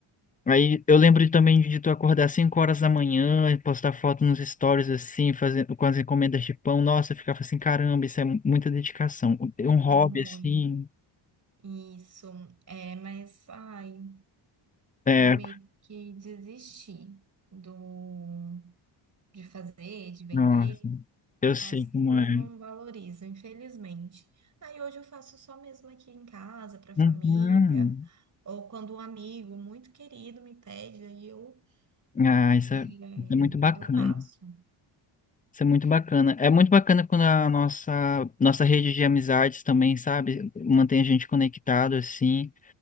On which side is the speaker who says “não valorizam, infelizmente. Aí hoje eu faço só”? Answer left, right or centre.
Right